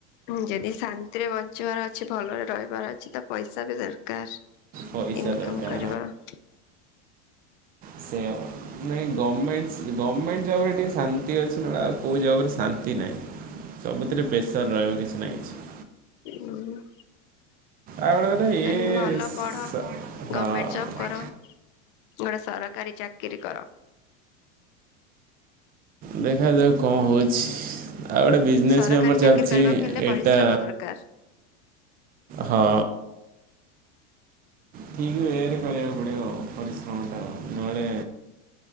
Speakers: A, on the left; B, on the right.
A: ଯଦି ଶାନ୍ତିରେ ବଞ୍ଚିବାର ଅଛି ଭଲରେ ରହିବାର ଅଛି ତ ପଇସା ବି ଦରକାର।
B: ପଇସା
A: ଇନକମ
B: ଦରକାର
A: କରିବା ଠିକ।
B: ସେୟା ପା କୁ କହିଲି ନାଇଁ ଗମେଣ୍ଟସ ଗମେଣ୍ଟ ଜବରେ ଟିକେ ଶାନ୍ତି ଅଛି ନହେଲେ ଆଉ କୋଉଁ ଜବରେ ଶାନ୍ତି ନାହିଁ। ସବୁଥିରେ ପ୍ରେସର ରହିବ କିଛି ନାହିଁ କିଛି।
A: ହୁଁ।
B: ଆଉ ଗୋଟେ କଥା ଇଏ
A: ଅଁ ଭଲ
B: ସ-
A: ପଢ
B: ହଁ
A: ଗର୍ମେଣ୍ଟ ଜବ୍ କର। ଗୋଟେ ସରକାରୀ ଚାକିରିୀ କର।
B: ଦେଖାଯାଉ କଣ ହେଉଛି। ଆଉ ଗୋଟେ ବିଜନେସ
A: ସରକାରୀ
B: ବି ଆମର
A: ଚାକିରି
B: ଚାଲିଛି
A: କରିବାକୁ ହେଲେ
B: ଏଇଟା
A: ପରିଶ୍ରମ ଦରକାର
B: ହଁ। ଠିକ ଉଏ ରେ ରେ କରିବାକୁ ପଡିିବ ଆଉ ପରିଶ୍ରମଟା ନହେଲେ